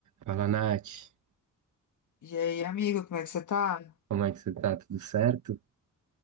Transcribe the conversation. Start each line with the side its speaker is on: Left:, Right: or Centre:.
Right: Fala, Nath.
Left: E aí, amigo, como é que você tá?
Right: Como é que você tá? Tudo certo?